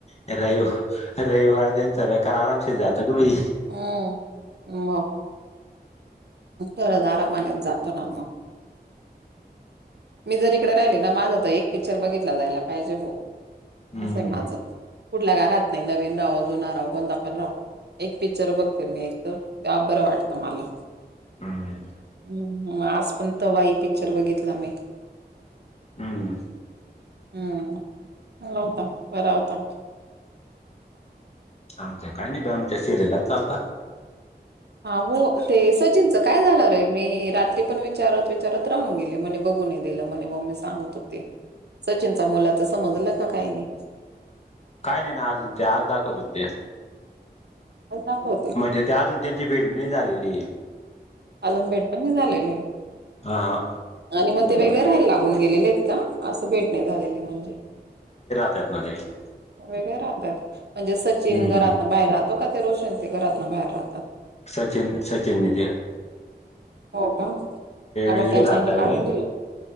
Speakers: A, on the left (about 40°); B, on the right (about 75°).
A: रवि रविवार त्यांचा व्याकार आरामसे जातो ग बै
B: हम्म् खरच आरामाने जातो ना मग मी जर इकडे राहिली ना माझं तर एक पिक्चर बघितला जायला पाहिजे हो
A: हम्म
B: असंय माझं कुठल्या ग राहात नाही नवीन राहो जुना राहो कोणता पण राहो एक पिक्चर बघते मी एक तर बरं वाटतं मला
A: हम्म
B: हम् आज पण त वाई पिक्चर बघितला मी
A: हम्म
B: हम्म मवता वर आवता
A: आमच्या काय नाही बा आमच्या सिरियलच चालत
B: हा हो ते सचिनचं काय झालं अरे मी रात्री पण विचारत विचारत राहून गेली म्हणे बघू नाही दिलं म्हणे मग मी सांगत होते सचिनचा मुला तर समजलं का काही नाही
A: काही नाही नाही अजून ते आज दाखवजून ते
B: दाखवते
A: म्हणजे ते अजून त्यांची भेट बी नाही झालेली.
B: अजुन भेटपण नाही झालेली,
A: हा हा
B: आणि मग ते वेगळे राहायला लागून गेलेले आहेत का? असं भेट नाही झालेली म्हणजे
A: त्यातमध्ये --
B: वेगळे राहतात म्हणजे सचिन
A: हम्म
B: घरात न बाहेरात- - तो का ते रोशन ते घरात न बाहेर राहतात?
A: सचिन सचिन निध
B: हो का काबर
A: वेगळे
B: त्याच्या
A: राहत
B: आईने
A: आहे
B: काढून दिलं.